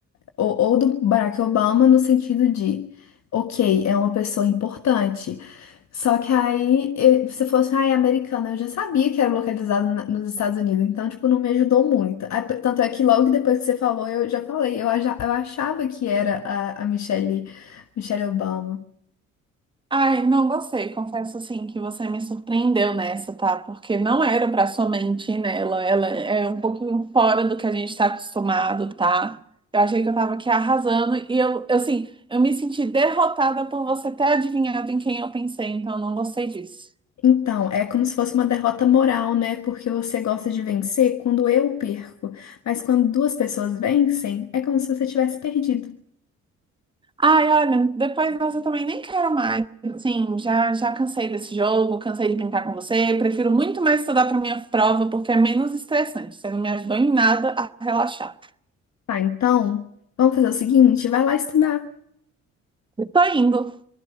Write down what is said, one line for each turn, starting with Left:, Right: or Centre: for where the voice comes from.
Left: ou, ou do Barack Obama no sentido de, ok, é uma pessoa importante. Só que aí, eh, se fosse, ah, é americana, eu já sabia que era localizado na- nos Estados Unidos, então, tipo, não me ajudou muito. Ah, p- Tanto é que logo depois que você falou, eu já falei, eu, aja- eu achava que era a, a Michelle, Michelle Obama.
Right: Ai, não gostei. Confesso assim que você me surpreendeu nessa, tá? Porque não era pra somente ir nela. Ela é um pouquinho fora do que a gente tá acostumado, tá? Eu achei que eu tava aqui arrasando e eu, eu, assim, eu me senti derrotada por você ter adivinhado em quem eu pensei, então eu não gostei disso.
Left: Então, é como se fosse uma derrota moral, né? Porque você gosta de vencer quando eu perco, mas quando duas pessoas vencem, é como se você tivesse perdido.
Right: Ai, olha, depois dessa eu também nem quero mais. Sim, já, já cansei desse jogo, cansei de brincar com você. Prefiro muito mais estudar para minha prova porque é menos estressante. Você não me ajudou em nada a relaxar.
Left: Tá, então, vamos fazer o seguinte, vai lá estudar.
Right: Eu tô indo.